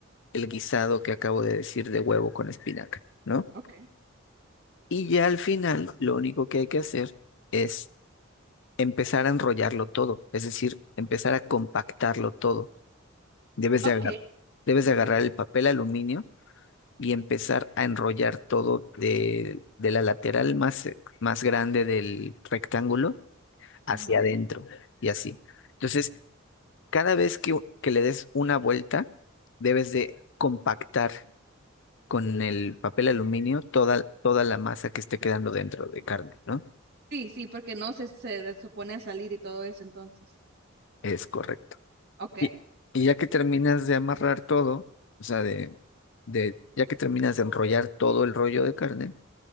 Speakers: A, on the left (about 60°); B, on the right (about 50°).
A: el guisado que acabo de decir de huevo con espinaca, ¿no?
B: Ok.
A: Y ya al final, lo único que hay que hacer es empezar a enrollarlo todo, es decir, empezar a compactarlo todo. Debes
B: Ok,
A: de agarrar, debes de agarrar el papel aluminio y empezar a enrollar todo de, de la lateral más, más grande del rectángulo hacia
B: ajá.
A: adentro y así. Entonces, cada vez que, que le des una vuelta, debes de compactar con el papel aluminio toda, toda la masa que esté quedando dentro de carne, ¿no?
B: Sí, sí, porque no se, se de- supone a salir y todo eso, entonces.
A: Es correcto.
B: Ok.
A: Y, y ya que terminas de amarrar todo, o sea, de, de, ya que terminas de enrollar todo el rollo de carne,